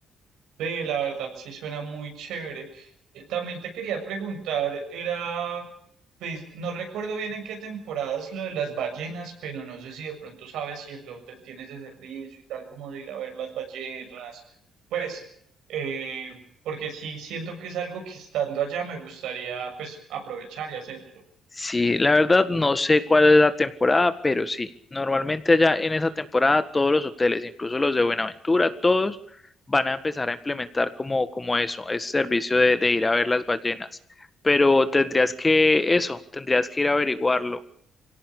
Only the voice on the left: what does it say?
Sí, la verdad no sé cuál es la temporada, pero sí, normalmente allá en esa temporada todos los hoteles, incluso los de Buenaventura, todos van a empezar a implementar como, como eso, ese servicio de, de ir a ver las ballenas. Pero tendrías que, eso, tendrías que ir a averiguarlo.